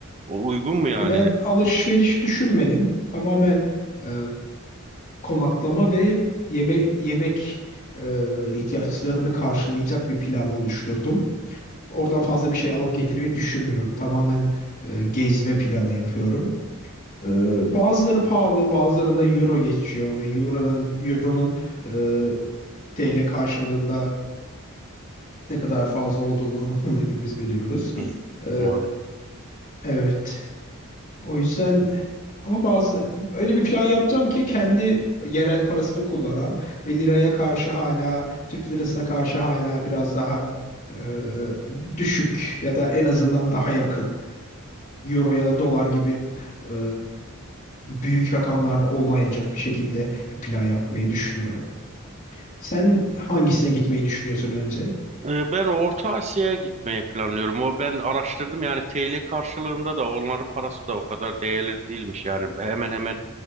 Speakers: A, on the right (about 30°); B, on the left (about 35°).
A: o uygun mu yani?
B: Ya ben alışveriş düşünmedim. Tamamen e, konaklama ve yeme yemek e, ihtiyaçlarını karşılayacak bir plan oluşturdum. Oradan fazla bir şey alıp getirmeyi düşünmüyorum. Tamamen e, gezme planı yapıyorum. E, bazıları pahalı, bazılarında euro geçiyor ve euronun euronun e, TL karşılığında ne kadar fazla olduğunu <laughs> hepimiz biliyoruz.
A: Hı,
B: E,
A: Maalesef.
B: evet. O yüzden ama bazı öyle bir plan yapacağım ki kendi yerel parasını kullanan ve liraya karşı hala Türk lirasına karşı hala biraz daha e, düşük ya da en azından daha yakın euro ya da dolar gibi e, büyük rakamlar olmayacak bir şekilde bir plan yapmayı düşünüyorum. Sen hangisine gitmeyi düşünüyorsun önce?
A: E, Ben Orta Asya'ya gitmeyi planlıyorum. O ben araştırdım yani TL karşılığında da onların parası da o kadar değerli değilmiş yani. Hemen hemen